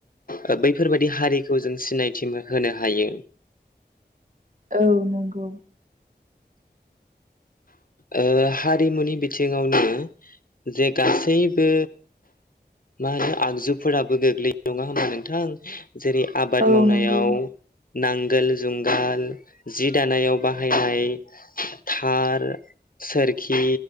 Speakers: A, on the left; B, on the right.
A: ओ बैफोरबादि हारिखौ जों सिनायथि मो होनो हायो।
B: औ नंगौ
A: ओ हारिमुनि बिथिङावनो जे गासैबो मा होनो आगजुफोराबो गोग्लै नङा होमबा नोंथां जेरै आबाद
B: औ
A: मावनायाव
B: नंगौ
A: नांगोल जुंगाल जि दानायाव बाहायनाय थार सोरखि